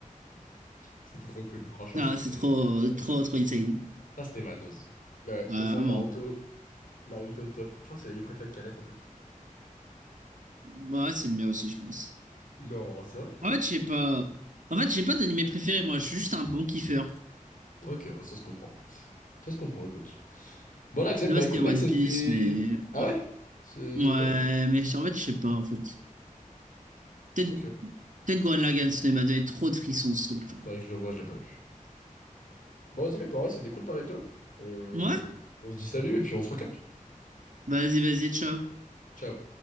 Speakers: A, on the left (about 75°); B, on the right (about 65°).
A: C'était trop cool. Franchement,
B: Ah,
A: ça, c'était.
B: c'est trop, trop, trop insane.
A: Ça, c'était ma dose. Ouais, de toute
B: Ah,
A: façon,
B: vraiment.
A: Naruto. Naruto top. Je crois que c'est l'anime préféré de Kalette en plus.
B: Bah, Ouais, c'est le mien aussi, je pense.
A: Non, c'est vrai?
B: En fait, j'ai pas. En fait, j'ai pas d'animé préféré, moi. Je suis juste un bon kiffeur.
A: Ok, ouais, ça se comprend. Ça se comprend, écoute. Voilà, Accept,
B: De
A: bah
B: base,
A: écoute,
B: c'était One
A: mec, c'était.
B: Piece, mais. Ouais.
A: Ah ouais? C'est-
B: Ouais,
A: C'était.
B: mais je- en fait, je sais pas, en fait. Peut-être
A: Ok.
B: peut-être Gurren Lagann, sinon il m'a donné trop de frissons, ce truc, genre.
A: Faudrait que je le vois, je l'ai pas vu. Bon, vas-y, mec, bah ouais, c'était cool de parler avec toi. On...
B: Ouais?
A: on se dit salut et puis on se recapte.
B: Vas-y, vas-y, ciao.
A: Ciao.